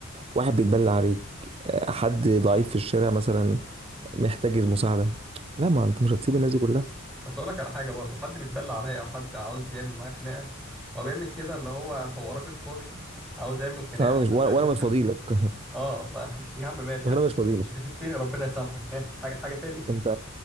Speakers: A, on the right; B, in the centre.
A: واحد بيتبلى عليك آه، حد ضعيف في الشارع مثلا محتاج المساعدة لا ما انت مش هتسيب الناس دي كلها
B: بس اقول لك على حاجه برضو حد بيتبلى عليا او حد عاوز يعمل معايا خناقه هو بيعمل كده اللي هو هو راجل فاضي عاوز يعمل خناقه
A: انا مش وانا
B: علشان
A: مش فاضيلك <laughs>
B: <laughs> اه ف يا عم ماشي
A: وانا
B: يا عم
A: مش فاضيلك
B: مش هتبتني ربنا يسامحك <laughs> حاجه حاجه تاني
A: انت